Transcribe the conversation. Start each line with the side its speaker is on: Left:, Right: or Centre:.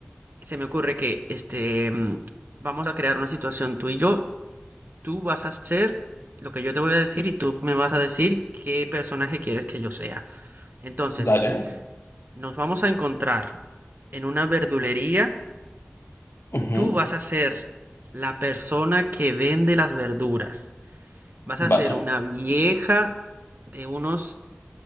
Right: se me ocurre que este mm, vamos a crear una situación tú y yo. Tú vas a hacer lo que yo te voy a decir y tú me vas a decir qué personaje quieres que yo sea. Entonces,
Left: Dale.
Right: nos vamos a encontrar en una verdulería,
Left: Ujú.
Right: tú vas a ser la persona que vende las verduras. Vas a
Left: Vale.
Right: ser una vieja de unos